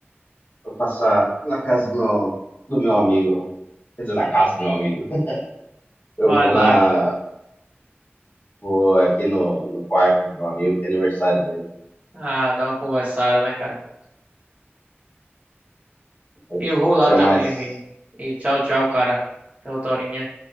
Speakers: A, on the left (about 45°); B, on the right (about 30°).
A: eu passar na casa do, do meu amigo, quer dizer, na casa do meu amigo, <laughs> eu
B: Vai
A: vou
B: lá,
A: na,
B: cara.
A: vou aqui no, no quarto do meu amigo, que é aniversário dele,
B: Ah, dá uma conversada, né, cara?
A: mas
B: Eu vou lá
A: até
B: também,
A: mais.
B: Vini. E tchau, tchau, cara. Até outra horinha.